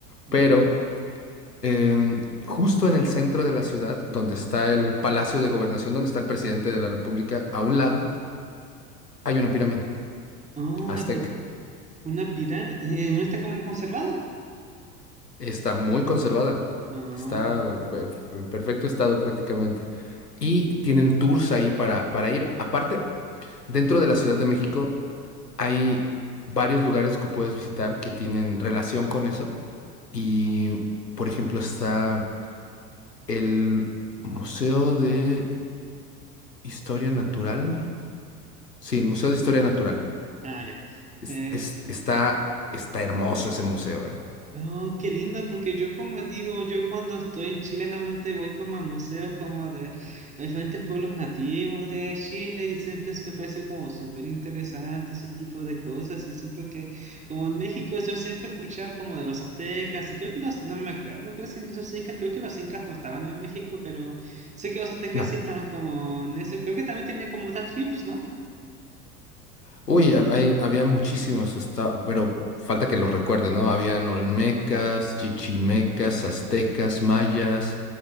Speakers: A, on the right; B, on the left.
A: mm.
B: pero em, justo en el centro de la ciudad, donde está el Palacio de Gobernación, donde está el presidente de la República, a un lado hay una pirámide
A: Oh, una
B: azteca.
A: ¿Una pirámide? eh, ¿No está como conservada?
B: Está muy conservada,
A: No.
B: está pe- en perfecto estado prácticamente. Y tienen tours ahí para, para ir. Aparte, dentro de la Ciudad de México hay varios lugares que puedes visitar que tienen relación con eso. Y, por ejemplo, está el Museo de Historia Natural. Sí, el Museo de Historia Natural.
A: Ah, ya.
B: Es-
A: Eh,
B: es- está, está hermoso ese museo, eh.
A: oh, qué lindo, porque yo como digo, yo cuando estoy en Chile normalmente voy como a museos como de diferentes pueblos nativos de Chile y siempre me pareció como súper interesante ese tipo de cosas y siento que como en México yo siempre he escuchado como de los aztecas y creo que los, no me acuerdo, creo que sí, los incas, creo que los incas no estaban en México, pero sé que los aztecas
B: No.
A: sí estaban como en eso y creo que también tenía como otras tribus, ¿no?
B: Uy, hab- hay- había muchísimos, está, pero falta que los recuerde, ¿no? Habían olmecas, chichimecas, aztecas, mayas,